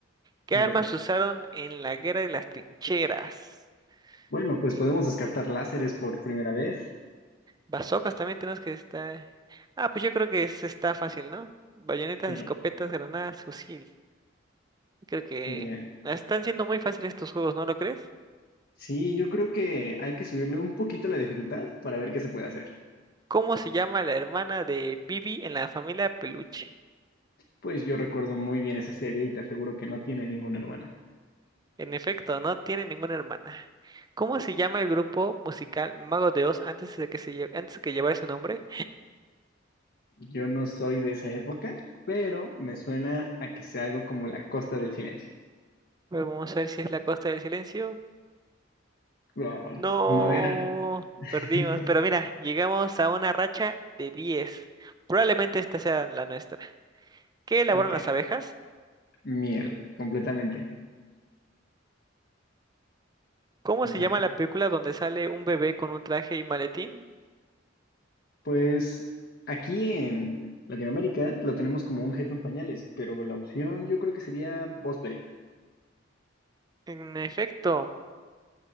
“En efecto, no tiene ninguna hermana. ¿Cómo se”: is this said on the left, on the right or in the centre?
Right